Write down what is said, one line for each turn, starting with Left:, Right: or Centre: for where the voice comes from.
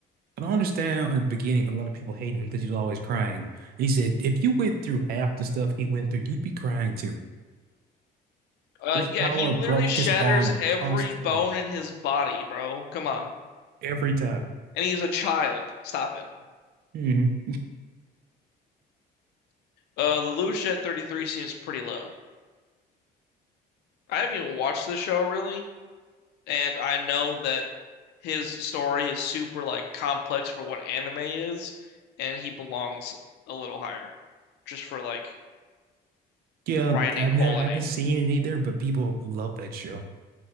Right: I don't understand at the beginning a lot of people hating him because he's always crying. He said, if you went through half the stuff he went through, you'd be crying too.
Left: Uh,
Right: His
Left: yeah,
Right: power
Left: he literally
Right: broke
Left: shatters
Right: his arm
Left: every
Right: constantly,
Left: bone in his body, bro. Come on.
Right: every time.
Left: And he's a child. Stop it.
Right: hmm
Left: Uh, the Lucia at 33 seems pretty low. I haven't even watched the show really, and I know that his story is super like complex for what anime is, and he belongs a little higher just for like
Right: Yeah,
Left: writing
Right: I've
Left: quality.
Right: never, I haven't seen it either, but people love that show.